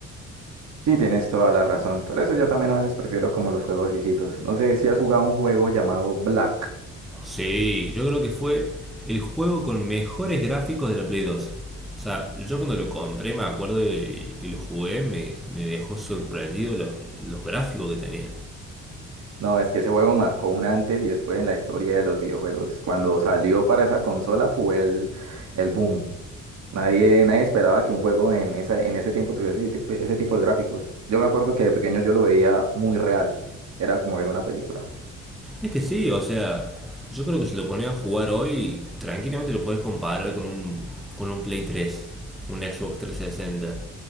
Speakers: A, on the right; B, in the centre.
A: Sí, tienes toda la razón. Por eso yo también a veces prefiero como los juegos viejitos. No sé si has jugado un juego llamado Black.
B: Sí, yo creo que fue el juego con mejores gráficos de la Play 2. O sea, yo cuando lo compré, me acuerdo y, y lo jugué, me, me dejó sorprendido lo- los gráficos que tenía.
A: No, es que ese juego marcó un antes y después en la historia de los videojuegos. Cuando salió para esa consola fue el, el boom. Nadie, nadie esperaba que un juego en esa, en ese tiempo tuviese ese tipo, ese tipo de gráficos. Yo me acuerdo que de pequeño yo lo veía muy real. Era como ver una película. <laughs>
B: Es que sí, o sea, yo creo que si lo pones a jugar hoy, tranquilamente lo puedes comparar con un, con un Play 3 un Xbox 360.